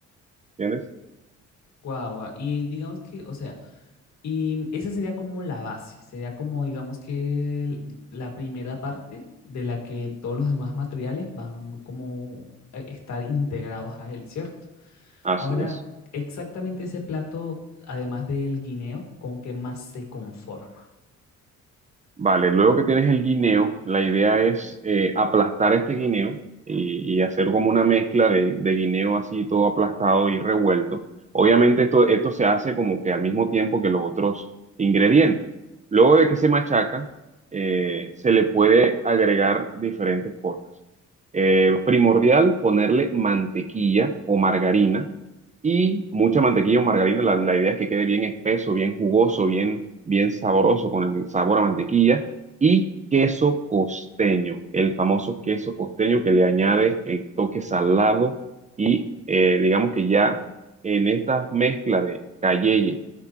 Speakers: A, on the right; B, on the left.
A: ¿Entiendes?
B: Guau, guau. Y digamos que, o sea, Y esa sería como la base, sería como digamos que el- la primera parte de la que todos los demás materiales van como a estar integrados a él, ¿cierto?
A: Así
B: Ahora,
A: es.
B: exactamente ese plato, además del guineo, ¿con qué más se conforma?
A: Vale, luego que tienes el guineo, la idea es eh, aplastar este guineo y, y hacer como una mezcla de, de guineo así todo aplastado y revuelto. Obviamente esto, esto se hace como que al mismo tiempo que los otros ingredientes. Luego de que se machaca, eh, se le puede agregar diferentes cosas. Eh, primordial, ponerle mantequilla o margarina y mucha mantequilla o margarina. La, la idea es que quede bien espeso, bien jugoso, bien, bien sabroso con el sabor a mantequilla. Y queso costeño, el famoso queso costeño que le añade el toque salado y eh, digamos que ya en esta mezcla de cayeye,